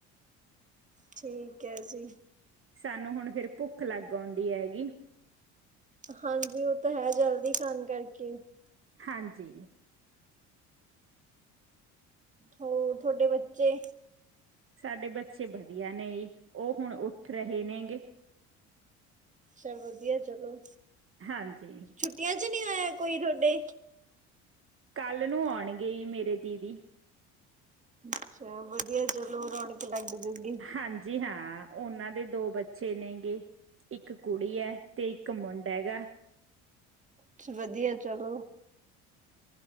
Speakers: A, on the right (about 20°); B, on the right (about 35°).
A: ਠੀਕ ਐ ਜੀ।
B: ਸਾਨੂੰ ਹੁਣ ਫੇਰ ਭੁੱਖ ਲਗ ਔਦੀ ਐਗੀ।
A: ਹਾਂਜੀ ਓ ਤਾਂ ਹੈ ਜਲਦੀ ਖਾਣ ਕਰਕੇ।
B: ਹਾਂਜੀ
A: ਹੋਰ ਥੋਡੇ ਬੱਚੇ
B: ਸਾਡੇ ਬੱਚੇ ਬਧੀਆ ਨੇ ਉਹ ਹੁਣ ਉੱਠ ਰਹੇ ਨੇ ਗੇ।
A: ਚਲ ਵਧੀਆ ਚਲੋ।
B: ਹਾਂਜੀ!
A: ਟੁੱਟਿਆ ਚ ਨੀ ਆਯਾ ਕੋਈ ਤੁਹਾਡੇ?
B: ਕੱਲ ਨੂੰ ਓਣਗੇ ਮੇਰੇ ਦੀਦੀ।
A: ਅੱਛਾ ਵਧੀਆ ਚਲੋ ਰੌਣਕ ਲਗ ਜੂਗੀ।
B: ਹਾਂਜੀ ਹਾਂ, ਉਨਾਂ ਦੇ ਦੋ ਬੱਚੇ ਨੇ ਗੇ। ਇਕ ਕੁੜੀ ਐ, ਤੇ ਇਕ ਮੁੰਡ ਹੈਗਾ।
A: ਚ ਵਧਿਐ ਚਲੋ।